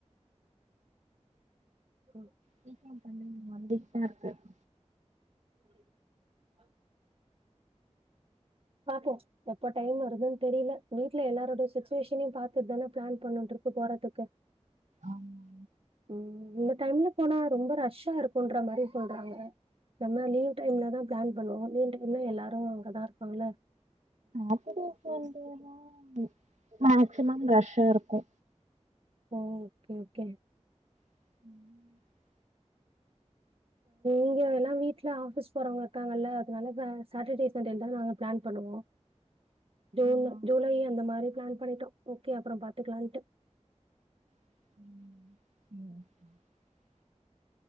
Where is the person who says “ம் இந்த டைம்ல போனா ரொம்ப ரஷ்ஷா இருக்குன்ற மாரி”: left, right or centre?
Right